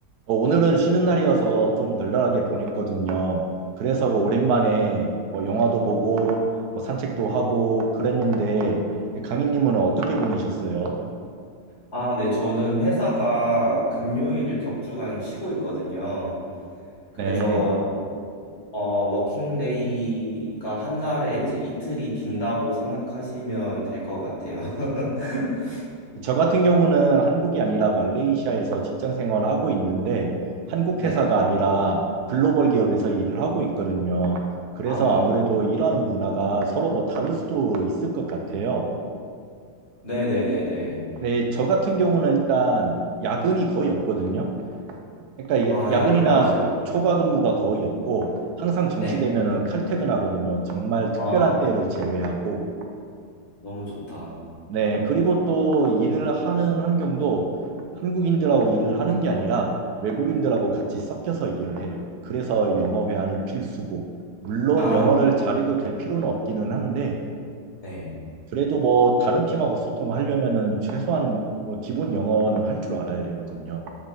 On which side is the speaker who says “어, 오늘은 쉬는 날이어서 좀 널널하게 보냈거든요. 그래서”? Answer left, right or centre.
Right